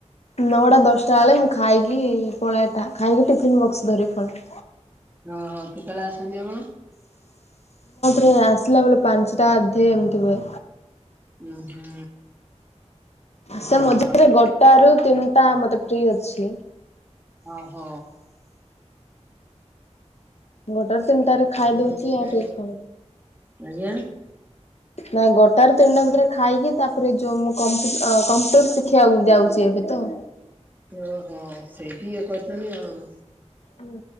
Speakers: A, on the left (about 60°); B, on the right (about 15°).
A: ନଅଟା ଦଶଟା ବେଳେ ମୁଁ ଖାଇକି ପଳା ଏଟା, ଖାଇକି ଟିଫିନ୍ ବକ୍ସ ଧରି ପଳାଏ।
B: ଅ ହ କେତେବେଳେ ଆସନ୍ତି ଆପଣ?
A: ରେ ଆସିଲା ବେଳେ ପାଞ୍ଚଟା ଅଧେ ଏମିତି ହୁଏ।
B: ହୁଁ ହୁଁ।
A: ସେ
B: ଓହୋ
A: ମଝିରେ ଗୋଟା ରୁ ତିନିଟା ମତେ ଫ୍ରି ଅଛି।
B: ଅ ହ।
A: ଗୋଟାରୁ ତିନିଟାରେ ଖାଇ ଦଉଛି
B: <inaudible>
A: ଆଉ ଟିକେ କଣ
B: ଆଜ୍ଞା?
A: ନାଇଁ ଗୋଟା ରୁ ତିନିଟା ଭିତରେ ଖାଇକି ତାପରେ ଯୋଉ ମୁଁ କମ୍ପୁ-କମ୍ପୁଟର ଶିଖିବାକୁ ଯାଉଛି ଏବେ ତ।
B: ଓହୋ ସେଇଠି ଇଏ କରିଚନ୍ତି ଆଉ।
A: ହୁଁ।